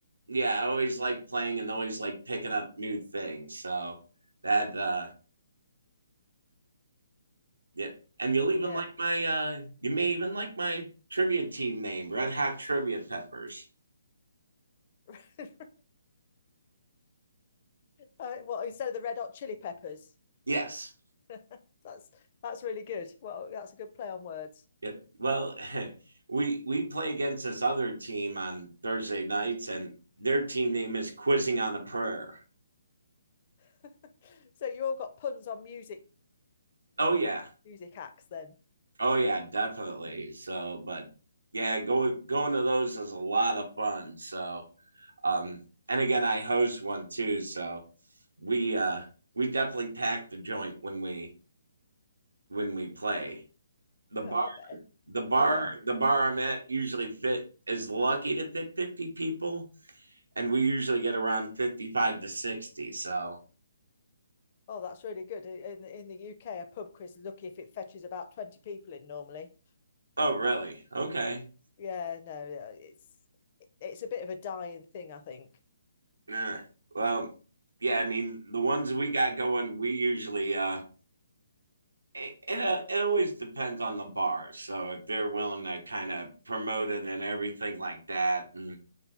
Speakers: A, on the right; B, on the left.
A: yeah, I always like playing and always like picking up new things. So that uh yeah. And you'll even
B: Yeah.
A: like my uh you may even like my trivia team name, Red Hot Trivia Peppers.
B: <laughs> uh, well, instead of the Red Hot Chili Peppers.
A: Yes.
B: <laughs> that's that's really good. Well, that's a good play on words.
A: Yep. Well, <laughs> we we play against this other team on Thursday nights and their team name is Quizzing on a Prayer.
B: <laughs> so you all got puns on music
A: Oh yeah.
B: music acts then?
A: Oh yeah, definitely. So, but yeah, going going to those is a lot of fun. So, Um, and again, I hosed one too, so we uh, we definitely pack the joint when we when we play. The
B: Oh,
A: bar,
B: I bet.
A: the bar,
B: Yeah.
A: the bar I'm at usually fit is lucky to fit 50 people, and we usually get around 55 to 60. So,
B: Oh, that's really good. In in the UK, a pub quiz lucky if it fetches about twenty people in normally.
A: oh really? Okay.
B: Yeah, no, yeah, it's it's a bit of a dying thing, I think.
A: Nah. Well, yeah. I mean, the ones we got going, we usually uh, it, it, uh, it always depends on the bar. So if they're willing to kind of promote it and everything like that, and